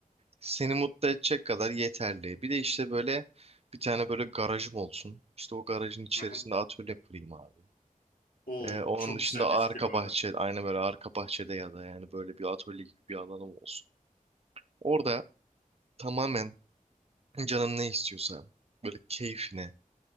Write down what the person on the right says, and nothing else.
Seni mutlu edecek kadar yeterli. Bir de işte böyle bir tane böyle garajım olsun. İşte o garajın içerisinde
atölye kurayım abi.
Ee, onun
dışında
arka
bahçe,
aynı böyle arka bahçede ya da yani böyle bir atölye gibi bir alanım olsun. Orada tamamen canım ne istiyorsa böyle keyfine